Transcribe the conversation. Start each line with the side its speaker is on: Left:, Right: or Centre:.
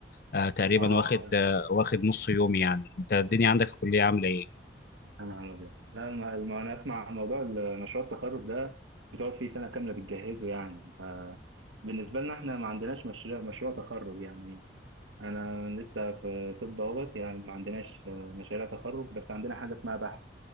Left: آه تقريبا
Right: اه
Left: واخد
Right: فعلا.
Left: آه واخد نص يوم يعني انت الدنيا عندك في الكليه عامله ايه
Right: يا نهار ابيض لا الم- الم- انا اسمع عن موضوع ال- مشروع التخرج ده بتقعد فيه سنه كامله بتجهزه يعني فبالنسبه لنا احنا ما عندناش مشروع مشروع تخرج يعني انا لسه في طب اهوت يعني ما عندناش آه، مشاريع تخرج بس عندنا حاجه اسمها بحث